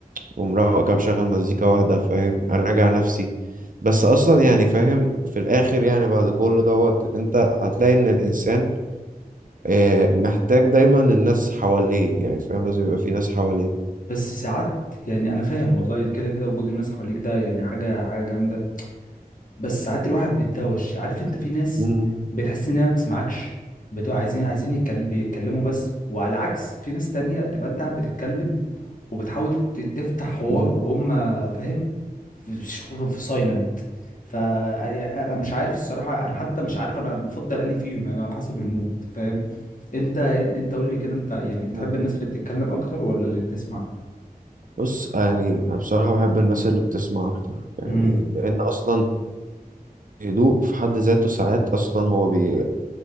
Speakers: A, on the right; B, on the left.
A: ومروق كده مشغل مزيكا واحده فاهم اراجع نفسي بس اصلا يعني فاهم في الاخر يعني بعد كل دوت انت هتلاقي ان الانسان آه، محتاج دايما الناس حواليه يعني فاهم لازم يبقى في ناس حواليه
B: بس ساعات يعني انا فاهم والله كده كده وجود الناس حواليك ده يعني حاجه حاجه جامده بس ساعات الواحد بيتدوش عارف انت في ناس
A: مم.
B: بتحس انها ما بتسمعكش بتبقى عايزين عايزين يتكل- بيتكلموا بس وعلى عكس في ناس تانية تبقى انت قاعد بتتكلم وبتحاول ت- تفتح حوار
A: مم.
B: وهم فاهم في في سايلنت ف يعني انا مش عارف الصراحه انا حتى مش عارف انا بفضل انهي فيهم يعني على حسب المود فاهم انت انت قول لي كده انت يعني بتحب
A: مم.
B: الناس اللي بتتكلم اكتر ولا اللي بتسمع
A: بص يعني أنا بصراحة بحب الناس اللي بتسمع أكتر يعني
B: امم
A: لأن أصلا الهدوء في حد ذاته ساعات أصلا هو بي...